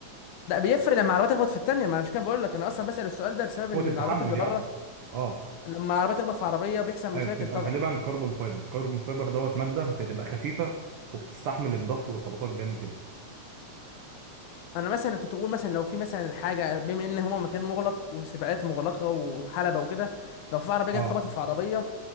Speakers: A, on the left; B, on the right.
A: لا بيفرق لما العربيه تخبط في التانيه ما انا مش كده بقول لك انا اصلا بسأل السؤال ده بسبب
B: قوه
A: ان
B: التحمل
A: العربيات اللي
B: يعني
A: بره
B: اه
A: لما العربيه تخبط في عربيه بيحصل مشاكل
B: ايوه بتبقى
A: طبعا
B: غالبا كربون فايبر كربون فايبر دوت ماده بتبقى خفيفه وبتستحمل الضغط والخبطات جامد جدا
A: انا مثلا كنت بقول مثلا لو في مثلا حاجه بما ان هما مكان مغلق وسباقات مغلقه وحلبه وكده لو في عربيه جت
B: اه
A: خبطت في عربيه